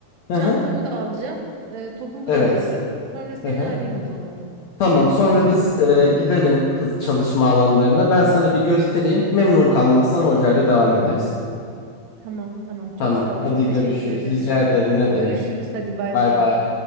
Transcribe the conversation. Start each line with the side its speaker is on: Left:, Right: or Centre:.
Left: Hı
Right: Çantamı
Left: hı.
Right: da alacağım. Ee, topumu
Left: Evet.
Right: da alırım. Sonra seni
Left: Hı hı.
Right: arayayım o zaman.
Left: Tamam
Right: Oradan
Left: sonra
Right: şey
Left: biz
Right: yapalım.
Left: e, gidelim çalışma alanlarına. Ben sana bir göstereyim. Memnun kalmazsan hocayla devam edersin.
Right: Tamam. Tamam. Çok
Left: Tamam.
Right: sağ ol.
Left: Hadi
Right: Çok teşekkür
Left: görüşürüz.
Right: ederim.
Left: Rica ederim. Ne demek?
Right: Görüşürüz. Hadi bay
Left: Bay
Right: bay.
Left: bay.